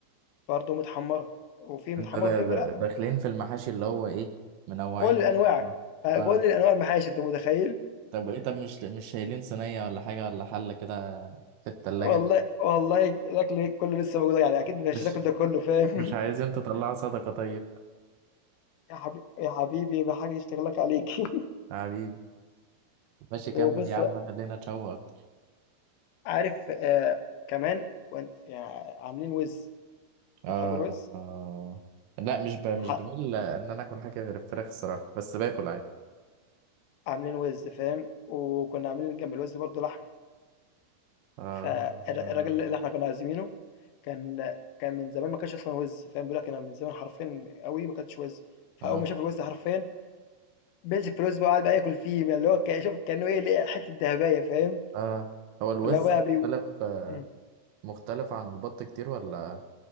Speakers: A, on the left; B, on the right.
A: برضه متحمّرة، وفي متحمّرة
B: انت ده
A: وفي
B: ده
A: م لأ،
B: داخلين في المحاشي اللي هو ايه منوعين
A: كل الأنواع،
B: ما شاء الله
A: يعني
B: اه
A: كل الأنواع المحاشي أنت متخيّل؟
B: طب ايه طب مش مش شايلين صينية ولا حاجة ولا حلة كده في التلاجة
A: والله والله الأكل كُلّه لسه موجود يعني أكيد مش
B: مش
A: هتاكل ده كُلّه فاهم،
B: مش عايزين تطلعوا صدقة طيب
A: <laughs> يا حبي يا حبيبي بحاجة تشتغل لك عليك <laughs>
B: يا حبيبي ماشي كمل
A: وبُص
B: يا عم
A: بقى
B: خلينا نتشوق اكتر
A: عارف آآ كمان كن يعني عاملين وِز،
B: آه,
A: بتحب الوِز؟
B: اه لا مش ب... مش
A: ح
B: بميل ان انا اكل حاجة غير الفراخ الصراحة بس باكل عادي
A: عاملين وِز فاهم، وكنا عاملين جنب الوِز برضه لحمة،
B: اه
A: فالر
B: اه
A: الراجل اللي إحنا كنا عازمينه كان كان من زمان ما كانش أصلًا وِز فاهم، بيقول لك أنا من زمان حرفيًا أوي ما كلتش وِز، فأول
B: اه,
A: ما شاف الوِز حرفيًا مسك في الوِز بقى وقعد بقى ياكل فيه، ما اللي هو ك شوف كأنه إيه لقى حتة دهباية فاهم،
B: آه. هو الوز
A: اللي هو بقى
B: مختلف
A: بيو إمم،
B: مختلف عن البط كتير ولا